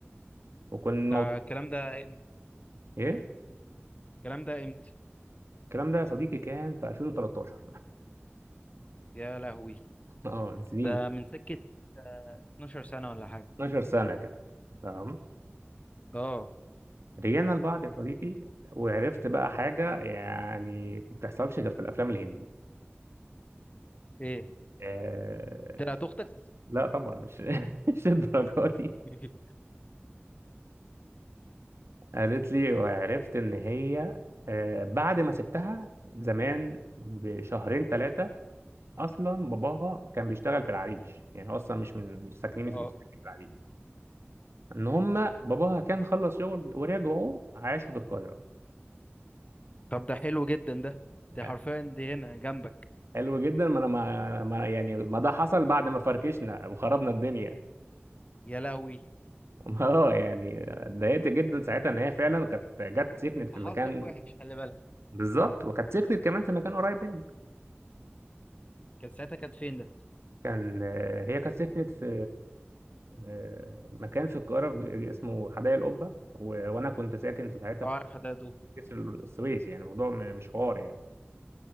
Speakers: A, on the right (about 70°); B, on the left (about 30°).
A: وكان الموضوع
B: ده الكلام ده امتى
A: ايه
B: الكلام ده امتى
A: الكلام ده يا صديقي كان في 2013
B: يا لهوي
A: <laughs> اه سنين
B: ده من سكة آه، 12 سنة ولا حاجة
A: 12 سنة كده تمام
B: اه
A: رجعنا لبعض يا صديقي وعرفت بقى حاجة يعني ما بتحصلش غير في الأفلام الهندي
B: ايه
A: آه
B: طلعت اختك
A: لا طبعا مش <laughs> مش الدرجات
B: <laughs>
A: قالت لي وعرفت ان هي آه، بعد ما سبتها زمان بشهرين ثلاثه اصلا باباها كان بيشتغل في العريش يعني هو اصلا مش من مش ساكنين
B: اه
A: مش ساكنين في العريش ان هم باباها كان خلص شغل ورجعوا عاشوا في القاهره
B: طب ده حلو جدا ده ده
A: يعني
B: حرفيا دي هنا جنبك
A: حلو جدا ما انا ما ما- يعني ما ده حصل بعد ما فركشنا وخربنا الدنيا
B: يا لهوي
A: <laughs> اه يعني اتضايقت جدا ساعتها ان هي فعلا كانت جت سكنت في
B: حظك
A: مكان
B: وحش خلي بالك
A: بالظبط وكانت سكنت كمان في مكان قريب مني
B: كان ساعتها كانت فين ده
A: كان آه، هي كانت سكنت في آه، مكان في القاهرة في- اسمه حدائق القبة و- وأنا كنت ساكن في ساعتها
B: اه
A: في
B: عارف حداده
A: جسر السويس يعني موضوع م- مش حوار يعني